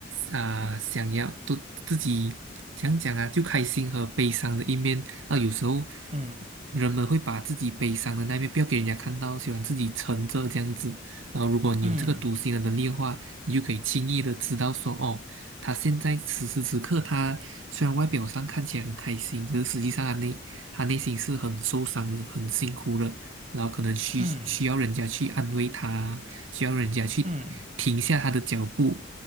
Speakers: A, on the right (about 80°); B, on the right (about 35°).
A: 啊、想要都自己讲讲啊，就开心和悲伤的一面。那有时候
B: 嗯
A: 人们会把自己悲伤的那一面不要给人家看到，喜欢自己沉着这样子。然后，如果你有这个读心的能力的话，
B: 嗯
A: 你就可以轻易的知道说，哦，他现在此时此刻，他虽然外表上看起来很开心，可是实际上他内他内心是很受伤的，很辛苦的。然后可能需需要人家去安慰他，
B: 嗯
A: 需要人家去停下他的脚步，
B: 嗯